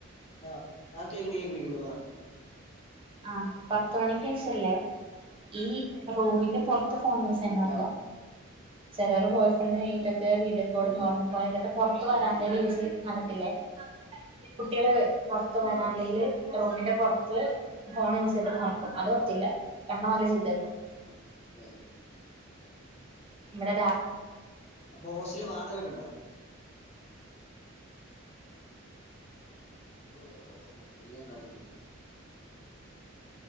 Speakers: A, on the left (about 30°); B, on the right (about 25°).
A: ആ ആ കേക്കണ്ട്കേക്കണ്ട് കേക്കണ്ടി പറ
B: ആ പത്ത് മണിക്ക് ശേഷല്ലേ ഈ റൂമിന്റെ പുറത്ത്. ഫോൺ യൂസ് ചെയ്യാൻ പാടില്ല
A: ആഹ്
B: ചെലോര് ബോയ് ഫ്രണ്ട്വീഡിയോ നീറ്റ് ഒക്കെകോൾ
A: റൂമില്
B: നോർമൽ കോൾ ക്കെ പൊർ പുറത്ത് വരാന്തൽ യൂസ് നടക്കില്ലേ കുട്ടികള് പുറത്ത വരാന്തയില്
A: ആഹ്
B: റൂമിന്റെ പുറത്ത് ഫോൺ യൂസ് ചെയ്തിട്ട് നടക്കും അത് പറ്റില്ല കണ്ട നല്ല ചീതേക്കും
A: അ ഏ
B: ഇവടെ രാ
A: അപ്പൊ ഹോസ്റ്റല വാടകക്കെണ്ടോ ആ ഓഹോ അങ്ങനെയ കാണുന്നു